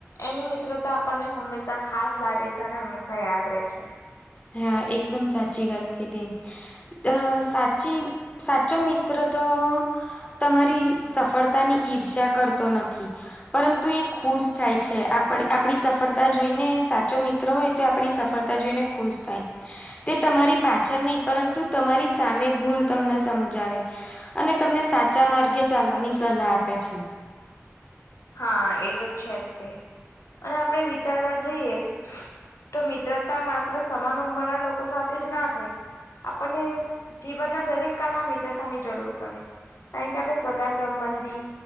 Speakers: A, on the left; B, on the left.
A: એની મિત્રતા આપણને હંમેશા ખાસ લાગે છે અને હંમેશા યાદ રહે છે
B: હા એકદમ સાચી વાત કીધી અ સાચી સાચો મિત્ર તો તમારી સફળતા ની ઈર્ષા કરતો નથી પરંતુ એ ખુશ થાય છે આપડી સફળતા જોઈને સાચો મિત્ર હોય તે આપણી સફળતા જોઈને ખુશ તે તમારી પાછળ નહી પરંતુ તમારી સામે ભૂલ તમને સમજાવે અને તમને સાચા માર્ગે ચાલવાની સલાહ આપે છે.
A: હા એ તો છે જ તે અને આપણે વિચારવા જઈએ. તો મિત્રતા માત્ર સમાન ઉંમરના લોકો સાથે જ ના થાય. આપણને જીવનના દરેક કાળમાં મિત્રતાની જરૂર પડે. કારણ કે આપણે સગા સંબંધી